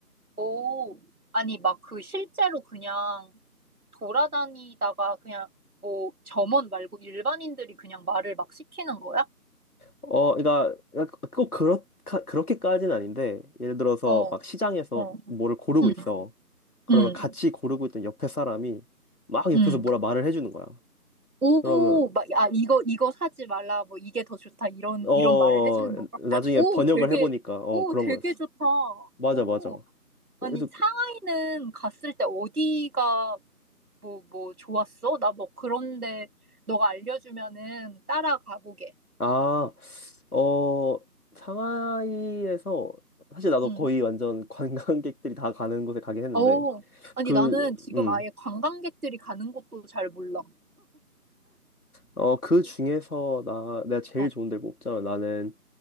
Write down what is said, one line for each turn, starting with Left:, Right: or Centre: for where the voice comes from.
Right: 오, 아니, 막 그 실제로 그냥 돌아다니다가 그냥 뭐 점원 말고 일반인들이 그냥 말을 막 시키는 거야?
Left: 어 그러니까 꼭 그렇 그렇게까지는 아닌데 예를 들어서
Right: 어,
Left: 막 시장에서
Right: 어,
Left: 뭐를 고르고
Right: 응,
Left: 있어 그러면
Right: 응,
Left: 같이 고르고 있던 옆에 사람이 막 옆에서
Right: 응.
Left: 뭐라 말을 해주는 거야
Right: 오,
Left: 그러면
Right: 막, 아, 이거, 이거 사지 말라, 뭐, 이게 더 좋다, 이런,
Left: 어
Right: 이런 말을 해주는 건가?
Left: 나중에
Right: 오,
Left: 번역을
Right: 되게,
Left: 해보니까 어
Right: 오,
Left: 그런
Right: 되게
Left: 거였어
Right: 좋다.
Left: 맞아
Right: 오,
Left: 맞아 그래서
Right: 아니, 상하이는 갔을 때 어디가, 뭐, 뭐, 좋았어? 나 뭐, 그런데, 너가 알려주면은 따라가보게.
Left: 아, 어, 상하이에서 사실 나도
Right: 응.
Left: 거의 완전 <laughs> 관광객들이 다 가는 곳에 가긴 했는데
Right: 오, 아니,
Left: 그
Right: 나는 지금
Left: 음.
Right: 아예 관광객들이 가는 곳도 잘 몰라.
Left: 어, 그 중에서 나 내가 제일
Right: 어,
Left: 좋은 데를 꼽자면 나는